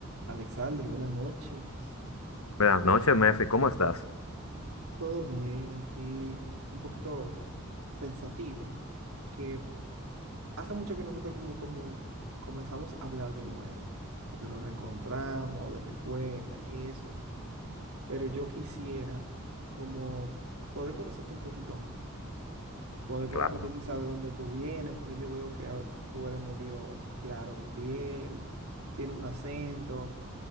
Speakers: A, on the right; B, on the left.
A: Alexander, buenas noches.
B: Buenas noches, Mefi, ¿cómo estás?
A: Todo bien aquí, un poquito pensativo, que hace mucho que nosotros como, como comenzamos a hablar de nuevo, como que nos reencontramos de la escuela y eso, pero yo quisiera como poder conocerte un poquito más, poder conocerte
B: Claro.
A: quizá de dónde tú vienes, porque yo veo que a ver, tú eres medio claro de piel, tiene un acento.